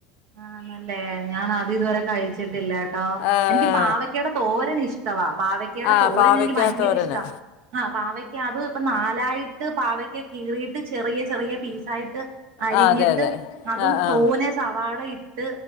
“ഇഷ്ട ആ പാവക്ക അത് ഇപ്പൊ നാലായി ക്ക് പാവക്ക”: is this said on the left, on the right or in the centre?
Right